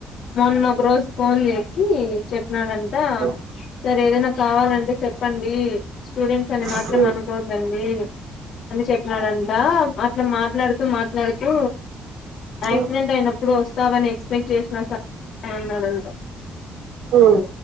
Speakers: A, on the left; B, on the right.
A: మొన్న రోజు ఫోన్ చేసి న్నాడంట
B: ఉమ్,
A: సరే ఏదైనా కావాలంటే చెప్ప ప్పండి స్టూడెంట్స్ అని
B: ఉమ్,
A: మాత్రం అనుకోవద్దండి. అని చెప్పినాడంటా అ అట్లా మాట్లాడుతూ మాట్లాడుతూ యాక్సిడెంట్
B: ఉమ్,
A: అయినప్పుడు వస్ ఎక్స్పెక్ట్ చేసిన స అన్నాడంటా
B: ఉమ్.